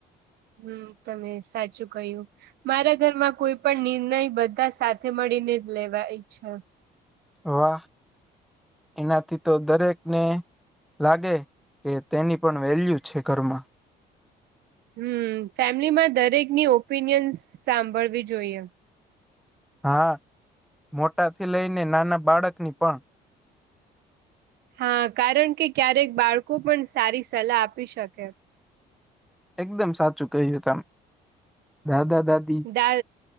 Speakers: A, on the right; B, in the centre.
A: હમ તમે સાચું કયું મારા ઘરમાં કોઈ પણ નિર્ણય બધા સાથે મળીને જ લેવાય છે.
B: વાહ એનાથી તો દરેકને લાગે કે તેની પણ વેલ્યુ છે, ઘરમાં
A: હમ ફેમિલીમાં દરેકની ઓપિનિયન્સ સાંભળવી જોઈએ
B: હા મોટાથી લઈને નાના બાળક ની પણ
A: હા કારણ કે ક્યારેક બાળકો પણ સારી સલાહ આપી શકે
B: એકદમ સાચું કહ્યું તમ દાદા દાદી
A: દા